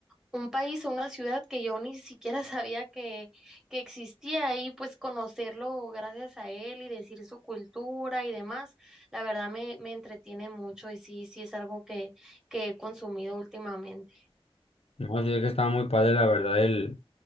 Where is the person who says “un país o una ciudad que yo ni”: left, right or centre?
Centre